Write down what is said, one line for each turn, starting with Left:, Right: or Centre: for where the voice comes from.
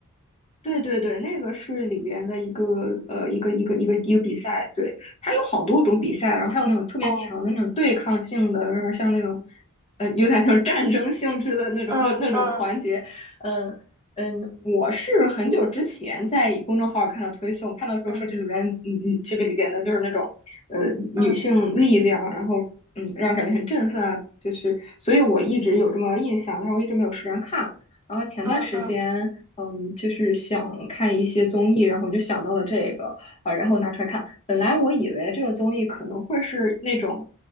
Left: 对对对，那个是里边的一个呃一个一个一个一个比赛，对，它有好多种比赛，然后还有那种特别强的那种对抗性的，
Right: 哦，
Left: 然后像那种呃有点那种战争性质的那种那那种环节，
Right: 嗯嗯
Left: 嗯嗯，我是很久之前在公众号儿看到推送，看到就是说这里边嗯嗯这个里边的就是那种呃女性力量，
Right: 嗯嗯
Left: 然后嗯让人感觉很振奋啊，就是所以我一直有这么印象，但是我一直没有时间看。然后前段时间，
Right: 嗯嗯
Left: 嗯，就是想看一些综艺，然后我就想到了这个，呃，然后拿出来看。本来我以为这个综艺可能会是那种，